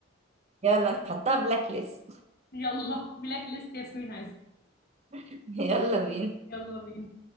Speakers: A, on the right (about 30°); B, on the left (about 50°).
A: يلا نحطها بلاك ليست
B: يلا بلاك ليست ياسمين عز
A: <laughs> يلا بينا
B: يلا بينا